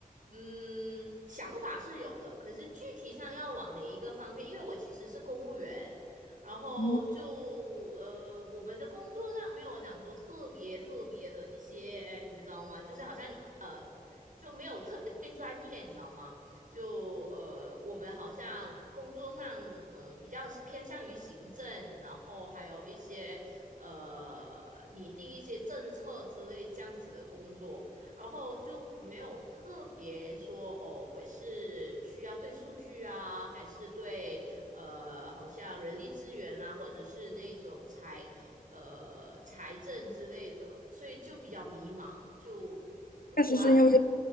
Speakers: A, on the right (about 60°); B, on the left (about 75°).
A: 嗯，想法是有的，可是具体上要往哪一个方面？因为我其实是公务员，然后就
B: 哦
A: 呃，我们的工作上没有讲说特别特别的一些，你知道吗？就是好像你呃就没有特别对专业，你知道吗？就呃，我们好像工作上嗯、呃比较偏向于行政，然后还有一些呃拟定一些政策之类这样子的工作。然后就没有特别说哦，我是需要对数据啊，还是对呃，好像人力资源啊，或者是那种财呃财政之类的，所以就比较迷茫。就如果我要
B: 确实是因为